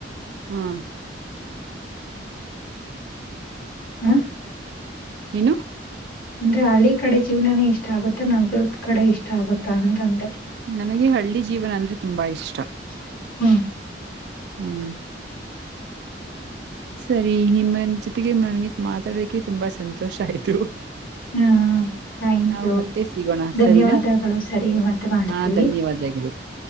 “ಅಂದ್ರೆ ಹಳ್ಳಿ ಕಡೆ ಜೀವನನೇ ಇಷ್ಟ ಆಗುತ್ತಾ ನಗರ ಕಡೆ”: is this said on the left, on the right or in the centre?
Left